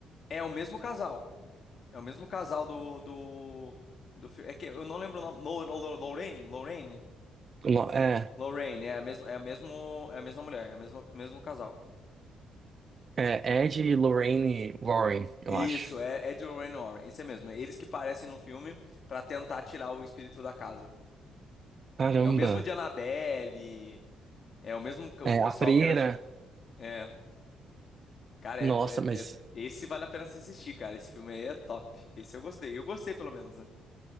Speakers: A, on the left (about 55°); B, on the right (about 45°).
A: É o mesmo casal. É o mesmo casal do, do, do filme. É que eu não lembro o nome. Lo- Lo- Lo- Lorraine? Lorraine?
B: Lo- É,
A: Lorraine, é a mesma, é a mesmo, é a mesma mulher, é o mesmo, mesmo casal.
B: é Ed e Lorraine Warren, eu
A: Isso,
B: acho.
A: é, é de Lorraine Warren, isso é mesmo. Eles que parecem no filme pra tentar tirar o espírito da casa.
B: Caramba.
A: É o mesmo de Annabelle, é o mesmo que o
B: É,
A: pessoal
B: a freira.
A: que era. é, Cara,
B: Nossa,
A: é, do- é-
B: mas
A: é- esse vale a pena se assistir, cara. Esse filme aí é top. Esse eu gostei. Eu gostei, pelo menos, né?